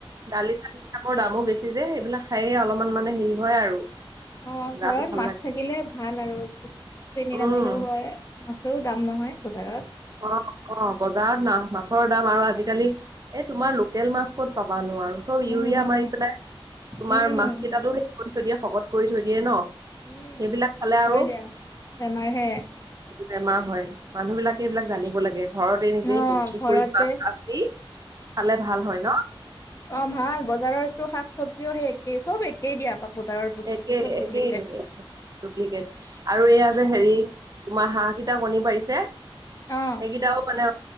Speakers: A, on the right; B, on the left.
A: দালি চালি সেইবিলাকৰ দামো বেছি যে সেইবিলাক খায়ে অলপমান মানে হেৰি হয় আৰু
B: অঁ
A: গাটো
B: ঘৰত
A: ভাল
B: মাছ
A: লাগে
B: থাকিলে ভাল আৰু কিনি
A: উম
B: নানিলেও হয়। মাছৰো দাম নহয় বজাৰত।
A: অঁ অঁ বজাৰত মাছৰ দাম আৰু আজিকালি এ তোমাৰ লোকেল মাছ ক'ত পাবা নোৱাৰো চব ইউৰিয়া
B: উম,
A: মাৰি পেলাই তোমাৰ
B: উম,
A: মাছ কেইটাটো হেৰি কৰি থৈ দিয়ে শকত কৰি থৈ দিয়ে ন
B: উম,
A: সেইবিলাক খালে আৰু
B: হয় দিয়া। বেমাৰহে
A: বেমাৰ হয় মানুহ বিলাকে এইবিলাক জানিব লাগে। ঘৰতে নিজেই
B: অ',
A: পুখুৰীত
B: ঘৰতে
A: মাছ আচেই খালে ভাল হয় ন।
B: অঁ ভাল বজাৰৰো শাক চব্জিও সেই একেই চব একেই দিয়া। বা বজাৰৰ বস্তুবোৰ
A: একেই
B: চব ডুপ্লিকেট
A: একেই ডুপ্লিকেট আৰু এইয়া যে হেৰি তোমাৰ হাঁহ কেইটা কণী পাৰিছে
B: অ',
A: সেইকেইটাও মানে